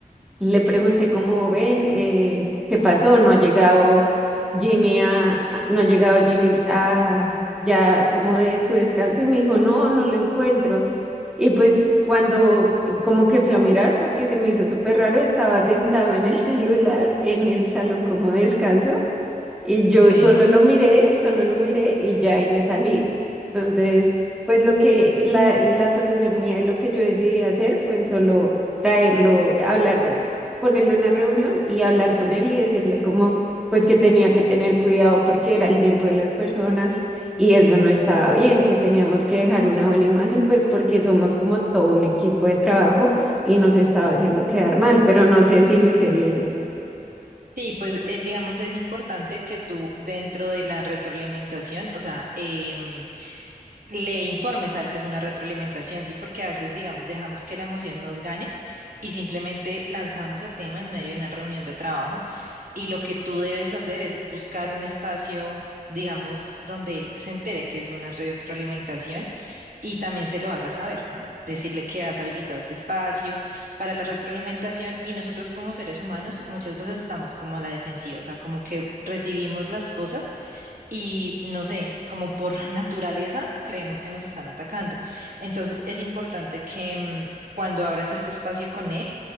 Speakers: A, in the centre; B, on the right (about 70°).
A: le pregunté cómo ven, eh, qué pasó, no ha llegado Jimmy a, a- no ha llegado Jimmy a ya como de su descanso y me dijo, no, no lo encuentro. Y pues cuando eh, como que fui a mirar porque se me hizo súper raro, estaba sentado en el <laughs> celular en el salón como de descanso y
B: sí.
A: yo solo lo miré, solo lo miré y ya ahí me salí. Entonces, pues lo que la, la solución mía y lo que yo decidí hacer fue solo traerlo, hablar, eh, ponerle una reunión y hablar con él y decirle como, pues que tenía que tener cuidado porque era el tiempo de las personas y eso no estaba bien, que teníamos que dejar una buena imagen, pues porque somos como todo un equipo de trabajo y nos estaba haciendo quedar mal, pero no sé si lo hice bien.
B: Sí, pues eh, digamos es importante que tú dentro de la retroalimentación, o sea, em, le informes al que es una retroalimentación, sí, porque a veces, digamos, dejamos que la emoción nos gane y simplemente lanzamos el tema en medio de una reunión de trabajo y lo que tú debes hacer es buscar un espacio, digamos, donde él se entere que es una retroalimentación y también se lo haga saber, ¿no? Decirle que has habilitado este espacio para la retroalimentación y nosotros como seres humanos muchas veces estamos como a la defensiva, o sea, como que recibimos las cosas y no sé, como por <laughs> naturaleza creemos que nos están atacando. Entonces es importante que mm, cuando abras este espacio con él